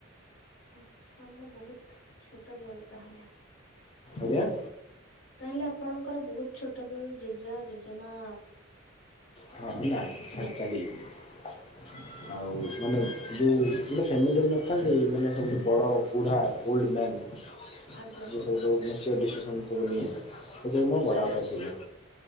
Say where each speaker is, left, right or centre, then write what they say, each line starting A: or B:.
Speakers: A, on the left; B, on the left.
A: ଆଛା ମାନେ ବହୁତ ଛୋଟବେଳୁ ତାହେଲେ।
B: ଆଜ୍ଞା।
A: ତାହେଲେ ଆପଣଙ୍କର ବହୁତ ଛୋଟବେଳୁ ଜେଜେ ଓ ଜେଜେମା
B: ହଁ ନା ଛାଡି
A: ଗଲେ
B: ଚାଲିଯାଇଛି ଆଉ ମାନେ ଯେଉଁ ଗୋଟେ ଫ୍ୟାମିଲିର ନା ଅଛନ୍ତି ମାନେ ସବୁଠୁ ବଡ ବୁଢା ଓଲଡ ମ୍ୟାନ ଯୋଉ
A: ଆଜ୍ଞା
B: ସବୁଠୁ <unintelligible> ସିଏ ଡିସିସନ ସବୁ ନିଏ ସେ ମୋ ବଢ଼ବାପା
A: ଆଜ୍ଞା।
B: ଥିଲେ।